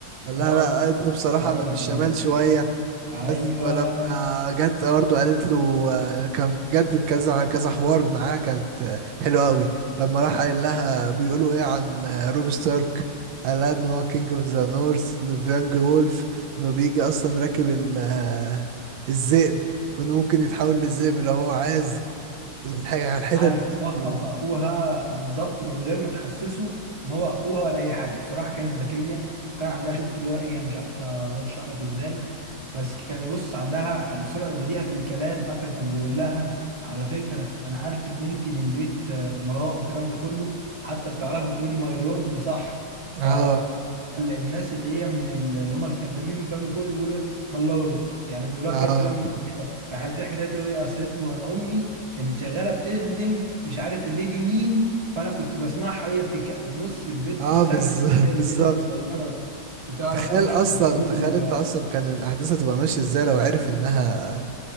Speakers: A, on the right; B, on the right.
A: قال
B: هقول
A: لها لا
B: لك
A: قالت له بصراحه
B: هقول
A: انا مش
B: لك
A: شمال
B: هقول
A: شويه
B: لك ايوه
A: بس ولما جت برضه قالت له آه، كان بجد كذا كذا حوار معاه كانت آه، حلوه قوي لما راح قال لها بيقولوا ايه عن آه، روب ستارك قال لها ان هو كينج اوف ذا نورث ان فيانج وولف انه بيجي اصلا راكب ال- آه، الذئب وانه ممكن يتحول للذئب لو هو عايز الحاجه الحتت
B: قعدت
A: دي
B: تتضخم في اخوها بالظبط من غير ما تحسسه ان هو اخوها ولا اي حاجه الصراحه كانت ذكيه وكان عندها شفت اللي هو ايه انا مش عارف اشرح لك ازاي بس كان بص عندها سرعه بديهه في الكلام حتى كان بيقول لها على فكره انا عارف ان انت من بيت آه، امراء والكلام ده كله حتى بتعرفي تقولي ماي لورد صح ف
A: اه
B: الناس اللي هي من ال- اللي هم الخدامين والكلام ده كله بيقولوا ماي لورد يعني بيقولوها
A: اه
B: كده بطريقه مختلفه راحت ضحكت قالت له ايه قالت له انا امي كانت شغاله بتخدم مش عارف الليدي مين فانا كنت بسمعها وهي بتك... بص البنت
A: اه
B: في
A: بالظبط
B: ثانيه أنت متخيل
A: بالظبط
B: بنت صغيره بتعرف
A: تخيل
B: تلحق
A: اصلا
B: بحبوب
A: تخيل
B: ال-
A: انت اصلا كان الاحداث هتبقى ماشيه ازاي لو عرف انها